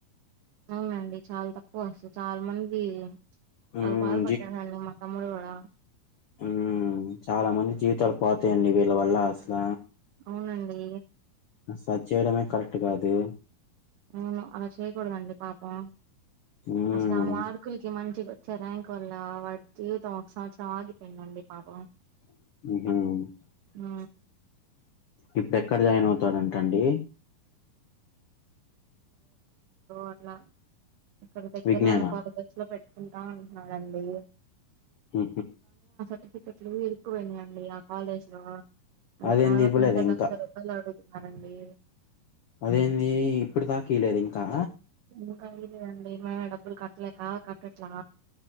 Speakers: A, on the right (about 70°); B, on the left (about 90°).
A: అవునండి చాలా తక్కువ వస్తుంది చాలా మంది చాలా
B: ఉమ్
A: బాధ పడ్డాడండి మా తమ్ముడు కూడా
B: మ్మ్మ్ చాలా మంది జీవితాలు పోతాయండి వీళ్ళ వల్ల అసల
A: అవునండి
B: సచేయడమే కరెక్ట్ కాదు
A: అవును అలా చెయ్యకూడదండి పాపం
B: ఉమ్
A: అస్లా మార్కులకి మంచిగొ వచ్చే ర్యాంక్ వల్ల వాడి జీవితం ఒక సంవత్సరం ఆగిపోయిందండి పాపం
B: హ
A: ఆ
B: ఇప్పుడు ఎక్కడ జాయిన్ అవుతాడుంటండి
A: అట్లా ఇక్కడ దగ్గర
B: విజ్ఞాన
A: నన్న కాలజర్స్ లో పెట్ట కుంటా అంటున్నానండి
B: హ
A: ఎట్కట్ల ఇకువన్నాయ కాాలేజ్ లో అయితే
B: అదేంది
A: ఆవ
B: ఇవ్వలేదు
A: గంటా
B: ఇంకా
A: క్ష రూపాయలు ఆడు అనండి
B: అదేీ ఇప్పుడు తాకయలేదు ఇంకా
A: ఇంకా ఇద అండి ఏమనా డబ్బులు కట్టలేక కట్టట్లా